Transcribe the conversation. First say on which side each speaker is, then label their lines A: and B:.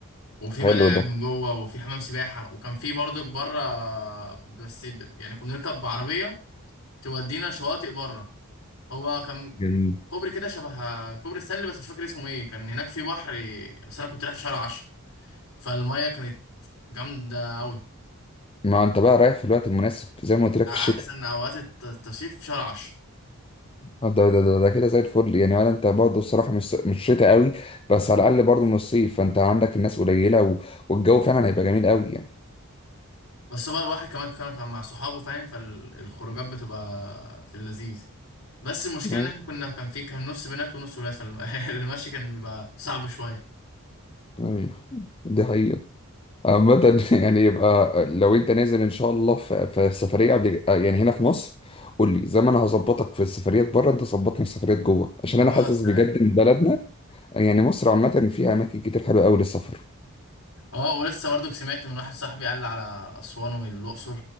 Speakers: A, on the left (about 65°); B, on the left (about 25°).
A: وفي
B: حلو
A: ملاعب
B: ده
A: من جوه وفي حمام سباحه وكان في برضك بره بس ب- يعني كنا بنركب بعربيه تودينا شواطئ بره هو كان
B: يعني
A: كوبري كده شبه كوبري ستانلي بس مش فاكر اسمه ايه كان هناك في بحر بس انا كنت رايح في شهر 10 فالميه كانت جامده قوي
B: ما انت بقى رايح في الوقت المناسب زي ما قلت لك في الشتاء
A: احسن اوقات الت- التصيف في شهر 10
B: آه، ده ده ده, ده كده زي الفل يعني ولا انت برضه الصراحه مش مش شتاء قوي بس على الاقل برضه من الصيف فانت عندك الناس قليله و... والجو فعلا هيبقى جميل قوي يعني
A: بس هو بقى الواحد كمان كان كان مع صحابه فاهم فالخروجات بتبقى في اللذيذ بس المشكله
B: ايوه
A: ان احنا كنا كان في كان نص بنات ونص ولاد فالمشي <laughs> كان بيبقى صعب شويه
B: ايوه دي حقيقه عامة <laughs> يعني يبقى لو انت نازل ان شاء الله في, في سفريه قبل آه، يعني هنا في مصر قول لي زي ما انا هظبطك في السفريات بره انت ظبطني في السفريات جوه عشان
A: خلاص
B: انا حاسس
A: تمام
B: بجد ان بلدنا يعني مصر عامه فيها اماكن كتير حلوه قوي للسفر
A: اه ولسه برضك سمعت من واحد صاحبي قال لي على اسوان والاقصر